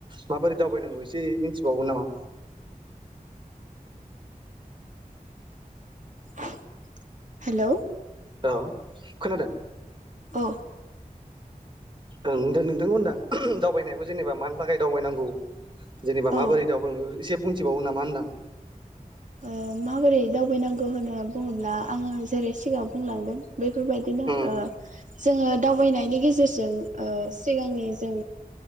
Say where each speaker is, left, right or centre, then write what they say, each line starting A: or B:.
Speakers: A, on the right (about 30°); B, on the right (about 55°).
A: माबोरै दावबायनांगौ एसे मिथिबावगोन नामा?
B: <inaudible> हेलौ
A: ओ खोनादों?
B: अ
A: ओं थ नोंथां होनदां दावबायनायखौ जेनेबा मानि थाखाय दावबायनांगौ जेनेबा
B: ओ
A: माबोरै दावफोर एसे बुंथिबावनो नामा होनदां <inaudible>
B: ओ माबोरै दावबायनांगौ होनना बुङोब्ला आङो जेरै सिगाङाव बुंलांदों बेफोरबायदिनो
A: उम
B: ओ जोङो दावबायनायनि गेजेरजों ओ सिगांनि जों